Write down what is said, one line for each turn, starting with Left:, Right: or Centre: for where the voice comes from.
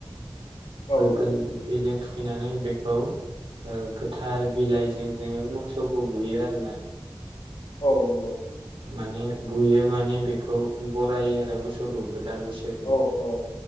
Left: औ
Right: गोग्गो
Left: औ
Right: दैजों थु खैनानै बेखौ गोथार बिलाइजों
Left: औ
Right: जोङो मोसौखौ बुयो आरोना
Left: औ नंगौ
Right: माने बुयो माने बेखौ बरायो आरो मोसौखौ गोदान बोसोर नि
Left: औ औ